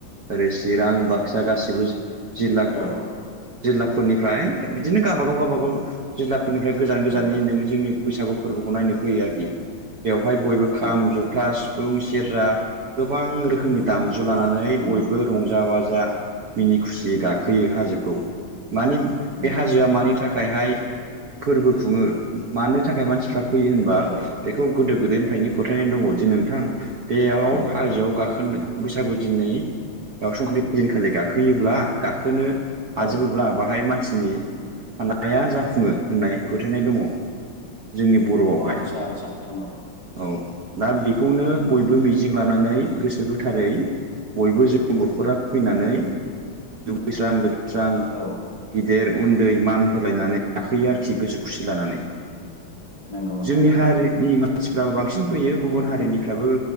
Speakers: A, on the right; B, on the left.
A: ओरै चिरां बाक्सा गासिबो जिल्ला
B: औ
A: जिल्लाफोरनिफ्राय बिदिनो गबागाव गावबागाव जिल्लाफोर फोरनिफ्राय गोजान गोजाननि
B: औ
A: नोङो जोंनि बैसागु फोरबोखौ नायनो फैयो आरोखि बेवहाय बयबो खाम
B: औ
A: जथा सि फुं सेरजा गोबां रोखोमनि दामजु लानानै
B: नंगौ
A: बयबो रंजा बाजा बाजा मिनि खुसियै गाखोयो हाजोखौ मानि
B: नंगौ
A: बे हाजोआ मानि थाखाय। थाखायहाय फोरबो खुङो मानो थाखाय मानसिफ्रा फैयो होनबा
B: औ
A: बेखौ। गोदो गोदायनिफ्रायनो फोथायनाय दङ' जे नोंथां बेयाव
B: औ
A: हाजोआव गाखो गोन बैसागु दिननि बा संख्रानथि दिनखालि गाखोयोब्ला गाखोनो
B: औ।
A: हाजोबोब्ला बाहाय मानसिनि साननाया जाफुङो होननाय फोथायनाय दङ। जोंनि बर'आवहाय
B: आदसा आदसा नोंथां
A: औ। दा बेखौनो बयबो मिजिं लानानै गोसो गोथारै बयबो जों बर'फोरा फैनानै दुगैस्रां लोबस्रां
B: औ
A: गिदिर उन्दै मान होलायनानै गाखोयो आरोखि गोसो खुसि लानानै
B: नंगौ नोंथां
A: जोंनि
B: नंगौ
A: हारिनि मानसिफ्राबो बांसिन फैयो गुबुन हारिनिफ्राबो